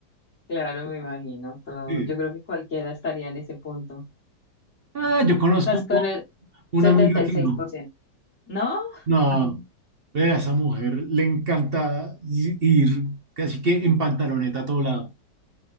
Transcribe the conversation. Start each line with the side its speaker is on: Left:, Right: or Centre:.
Left: Claro, me imagino. Todo,
Right: Sí.
Left: yo creo que cualquiera estaría en ese punto.
Right: Ah, yo conozco
Left: Estás con
Right: un-
Left: el-
Right: una
Left: setenta
Right: amiga
Left: y
Right: que
Left: seis
Right: no.
Left: por ciento ¿No? <laughs>
Right: No,
Left: Ajá.
Right: ve, a esa mujer le encanta i- ir casi que en pantaloneta a todo lado.